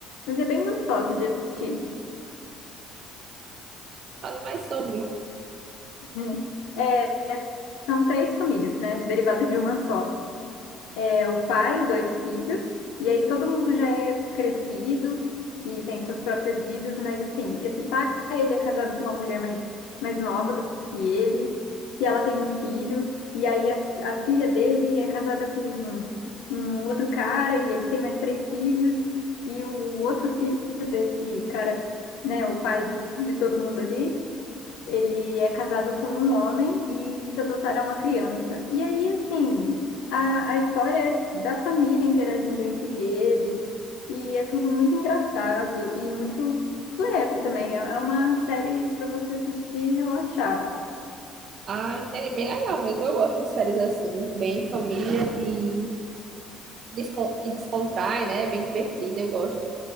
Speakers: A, on the left; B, on the right.
A: mas é bem gostosa de assistir.
B: Fale mais sobre.
A: Hum. É, é- são três famílias, né? Derivadas de uma só. é o pai e dois filhos, e aí todo mundo já é crescido e tem suas próprias vidas, mas assim, esse pai, ele é casado com uma mulher mais, mais nova do que ele, que ela tem um filho, e aí a, a filha dele é casada com um, um outro cara, e eles têm mais três filhos, e o outro filho desse cara, né, o pai de, de todo mundo ali, ele é casado com um homem e diz adotar uma criança. E aí, assim, a, a história é da família interagindo entre eles, e é tudo muito engraçado e muito leve também. É é uma série para você assistir e relaxar.
B: Ah, entendi. Bem legal mesmo. Eu gosto de séries assim, bem família e descon- que descontrai, né? Bem divertida, eu gosto.